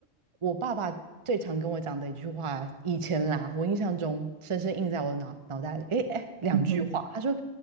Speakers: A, on the right (about 30°); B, on the right (about 75°).
A: 我爸爸最常跟我讲的一句话，以前啦，我印象中深深印在我的脑脑袋里。诶诶，两句话，
B: 嗯哼哼，
A: 他说，